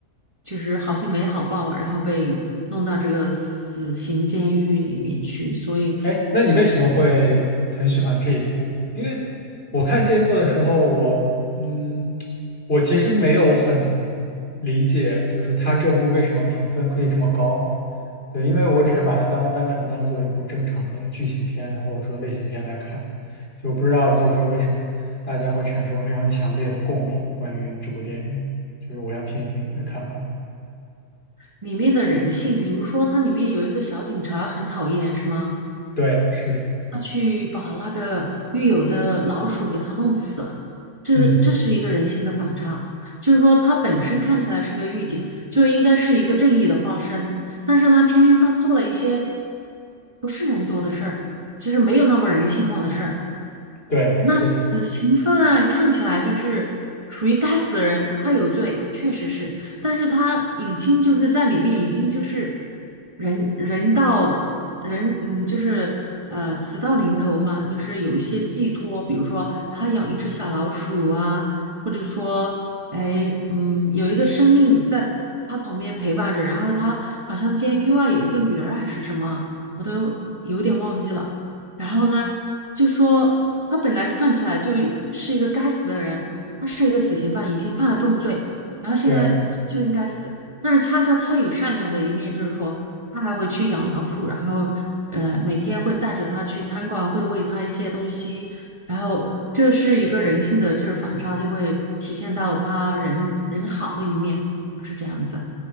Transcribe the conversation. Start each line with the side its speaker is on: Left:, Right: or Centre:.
Right: 就是好心没好报，然后被弄到这个死刑监狱里面去，所以
Left: 哎，那你为什么会很喜欢这一部？因为我看这一部的时候，我嗯，我其实没有很理解，就是他这部为什么评分可以这么高？对，因为我只是把它当单纯当做一部正常的剧情片或者说类型片来看，就不知道就是说为什么大家会产生非常强烈的共鸣关于这部电影，就是我想听一听你的看法。
Right: 里面的人性，比如说它里面有一个小警察很讨厌，是吗？
Left: 对，是的，
Right: 他去把那个狱友的老鼠给他弄死了，这是这是一个人性的反差。
Left: 嗯，
Right: 就是说，他本身看起来是个狱警，就应该是一个正义的化身，但是呢，偏偏他做了一些不是人做的事儿，就是没有那么人性化的事儿。
Left: <laughs> 对，
Right: 那死刑犯看起来就是属于该死的人，
Left: 是的，
Right: 他有罪，确实是，但是他已经就是在里面已经就是人人到人，嗯，就是呃死到临头嘛，就是有一些寄托，比如说他养一只小老鼠啊，或者说哎嗯有一个生命在他旁边陪伴着，然后他好像监狱外有一个女儿还是什么，我都有点忘记了。然后呢，就说他本来看起来就是一个该死的人，他是一个死刑犯，已经犯了重罪，然后现在他就应该死。
Left: 对。
Right: 但是恰恰他有善良的一面，就是说他还会去养老鼠，然后呃每天会带着他去餐馆，会喂他一些东西，然后这是一个人性的就是反差，就会体现到他人人好的一面，他是这样子。